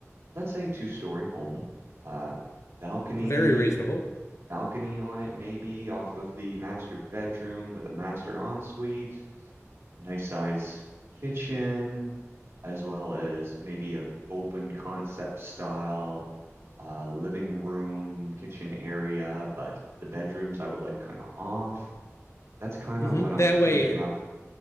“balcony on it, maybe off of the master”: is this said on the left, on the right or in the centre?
Right